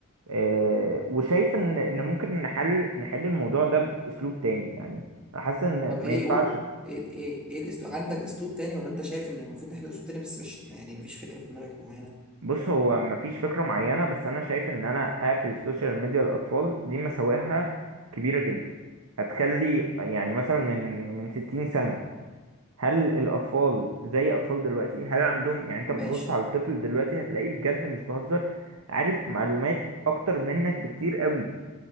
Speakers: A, on the right; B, in the centre.
A: آه، وشايف ان ان ممكن نحل نحل الموضوع ده باسلوب تاني يعني أنا حاسس ان
B: طب ايه
A: ما ينفعش
B: قول ايه ايه ايه الاسلوب عندك اسلوب تاني ولا انت شايف ان المفروض نحل اسلوب تاني بس مش يعني مفيش فكره في دماغك معينه
A: بص هو مفيش فكرة معينة بس أنا شايف إن أنا أقفل السوشيال ميديا للأطفال دي مساوئها كبيرة جدا هتخلي يعني مثلا من من ستين سنة هل الأطفال زي أطفال دلوقتي هل عندهم يعني أنت بتبص
B: ماشي
A: على الطفل دلوقتي هتلاقيه بجد مش بهزر عارف معلومات أكتر منك بكتير قوي